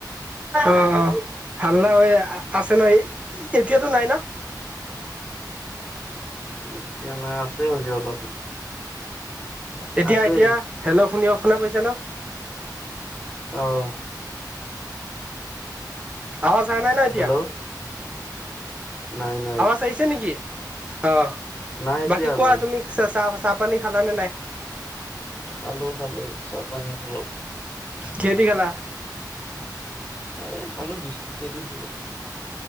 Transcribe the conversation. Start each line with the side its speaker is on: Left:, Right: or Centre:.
Right: অ' হাল্লা হয় আছে ন, এতিয়াতো নাই ন?
Left: এতিয়া নাই, আছে হ'লেও অলপ।
Right: এতিয়া,
Left: আছে
Right: এতিয়া হেল্ল' শুন শুনা পাইছা ন?
Left: অ'।
Right: আৱাজ অহা নাই ন' এতিয়া?
Left: হেল্ল' নাই নাই।
Right: <unintelligible> নেকি, অ'
Left: নাই এতিয়া
Right: বাকী কোৱা
Left: নাই
Right: তুমি চ চাহ চাহ পানী খালা নে নাই?
Left: খালো খালো, চাহ পানী খালোঁ।
Right: কিহেদি খালা?
Left: এই খালো বিস্কুটেদি খালো।